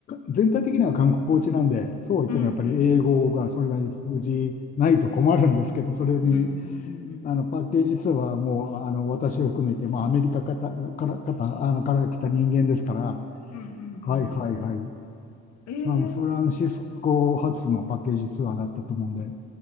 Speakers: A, on the left (about 30°); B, on the left (about 65°).
A: 全体的には観光地なんで、そうは言ってもやっぱり英語がそれなりに通じないと困るんですけど、
B: うんうん
A: それに、
B: うんうん
A: あの、パッケージツアーはもう、あの、私を含めて、まあ、アメリカかたから、かた、あの、から来た人間ですから、
B: うんうんうんうん。
A: はいはいはい。
B: えー、
A: サンフランシスコ発のパッケージツアーだったと思うんで、